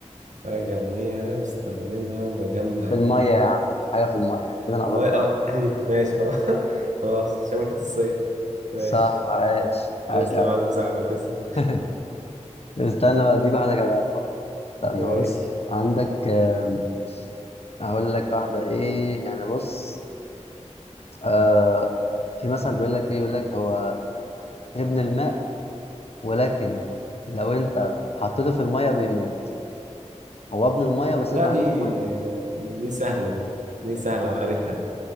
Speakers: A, on the right (about 85°); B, on the left (about 55°).
A: حاجه ارميها واستخدمها وبجمع
B: في
A: بيها
B: المية يا عم حاجة في المية كده أنا
A: الماي
B: قربت
A: اه
B: أوي
A: <clears throat> ماشي خلاص <laughs> خلاص شبكة الصيد ماشي
B: صح عاش عاش
A: تسلم
B: أوي
A: على المساعدة تسلم
B: <laughs> استنى بقى أديك واحدة كمان برضه استنى
A: <laughs> ماشي
B: بص عندك آم، أقول لك واحدة إيه يعني بص آه في مثلا بيقول لك إيه بيقول لك هو ابن الماء ولكن لو أنت حطيته في المية بيموت هو ابن المية بس
A: لا
B: أنت حطيته
A: دي
B: في المية بيموت
A: دي سهلة دي دي سهلة
B: آه.
A: وعارفها